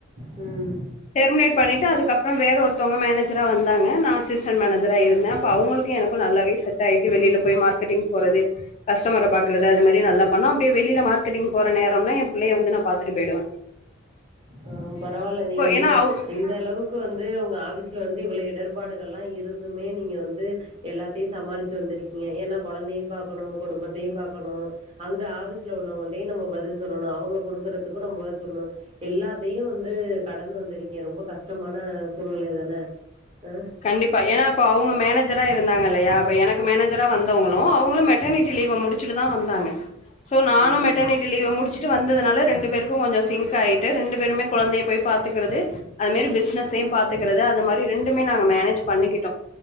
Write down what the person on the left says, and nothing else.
டெர்மினேட் பண்ணிட்டு அதுக்கப்புற வேற ஒருத்தவுங்க மேனேஜரா வந்து தாங்க நா அசிஸ்டண்ட் மேனேஜரா இருந்த அப்ப அவுங்களுக்கு எனக்கு நல்லாவே செட் ஆகிட்டு வெளியில போய் மார்க்கெட்டிங் போறது கஸ்டமர பாக்குறது அது மாரி நல்லா பண்ணோ அப்டியே வெளில மார்கெட்டிங் போற நேரம்லா என் புள்ளய வந்து நா பாத்துட்டு பேயிடுவ
ஏன்னா அவ
கண்டிப்பா ஏன்னா அப்ப அவுங்க மேனேஜரா இருந்தாங்க இல்லையா இப்ப எனக்கு மேனேஜரா வந்தவங்களு அவுங்களு மெட்டர்னிட்டி லீவ முடிச்சுட்டு தான் வந்தாங்க சோ நானும்
மெட்டர்னிட்டி லீவ முடிச்சுட்டு வந்து அதனால ரெண்டு பேருக்கூ கொஞ்சோ சிங்க் ஆயிட்டு ரெண்டு பேருமே கொழந்தய போய் பாத்துக்கறது அது மேரி பிஸ்னஸ்ஸையு பாத் க்கறது அது மாரி ரெண்டுமே நாங்க மேனேஜ் பண்ணிக்கிட்டோ